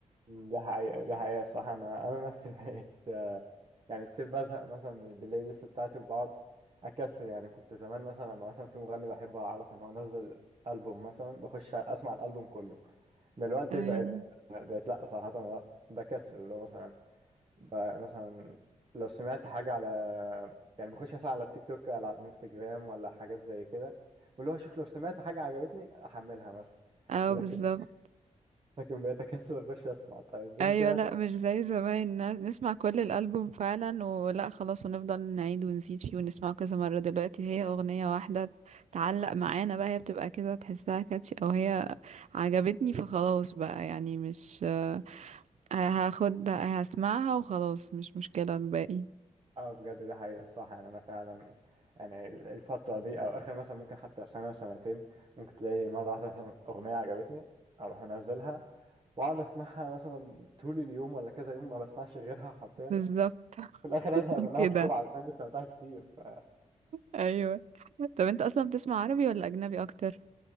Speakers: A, on the right (about 40°); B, on the right (about 60°).
A: دي حقيقة دي حقيقة الصراحة انا انا نفسي <laughs> بقيت آه، يعني كتير بزهق مثلا من البلاي ليست بتاعتي وبقعد اكسل يعني كنت زمان مثلا لما مثلا في مغني بحبه اعرف ان هو نزل البوم مثلا بخش اسمع الالبوم كله دلوقتي
B: ايوه
A: بقت بقت لا صراحة أنا لا بكسل اللي هو مثلا ب... مثلا لو سمعت حاجة على يعني بخش مثلا على التيك توك ولا على الانستجرام ولا حاجات زي كده واللي هو اشوف لو سمعت حاجة عجبتني احملها مثلا
B: اه
A: لكن
B: بالظبط
A: لكن بقيت اكسل اخش اسمع طيب بنتي
B: ايوه لا
A: مثلا
B: مش زي زمان ن- نسمع كل الالبوم فعلا ولا خلاص ونفضل نعيد ونزيد فيه ونسمعه كذا مره دلوقتي هي اغنيه واحده تعلق معانا بقى هي بتبقى كده تحسها كاتشي او هي عجبتني فخلاص بقى يعني مش ه- هاخد هسمعها وخلاص مش مشكله الباقي
A: اه بجد دي حقيقة الصح يعني انا فعلا يعني الفترة دي او اخر مثلا ممكن حتى سنة سنتين ممكن تلاقي مرة واحدة مثلا اغنية عجبتني اروح منزلها واقعد اسمعها مثلا طول اليوم ولا كذا يوم ما بسمعش غيرها حرفيا
B: بالظبط <laughs>
A: في الاخر ازهق منها
B: كده
A: بسرعة كمان إني سمعتها كتير ف...
B: ايوه طب انت اصلا بتسمع عربي ولا اجنبي اكتر